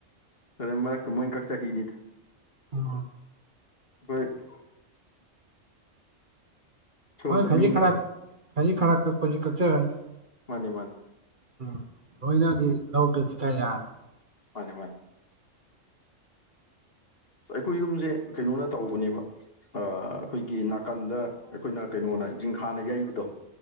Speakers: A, on the left; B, on the right.
A: ꯑꯗꯨꯅꯦ ꯃꯔꯛꯇ ꯃꯣꯏꯅ ꯀꯛꯆꯈꯤꯅꯤꯗ
B: ꯎꯝ
A: ꯑꯩꯈꯣꯏ ꯁꯣꯝꯗ
B: ꯃꯣꯏ ꯈꯖꯤ
A: ꯃꯤꯅ
B: ꯈꯔ ꯈꯖꯤ ꯈꯔ ꯊꯥꯛꯆꯔꯅꯤ
A: ꯃꯥꯅꯦ ꯃꯥꯅꯦ
B: ꯎꯝ ꯂꯣꯏꯅꯗꯤ ꯂꯧꯒꯦꯗꯤ ꯀꯥꯏ ꯌꯥꯔꯅꯤ
A: ꯃꯥꯅꯤ ꯃꯥꯅꯤ ꯑꯩꯈꯣꯏ ꯌꯨꯝꯁꯦ ꯀꯩꯅꯣꯅ ꯇꯧꯕꯅꯦꯕ ꯑꯩꯈꯣꯏꯒꯤ ꯅꯥꯀꯟꯗ ꯑꯩꯈꯣꯏꯅ ꯀꯩꯅꯣꯅ ꯖꯤꯡꯒꯥꯅ ꯌꯩꯕꯗꯣ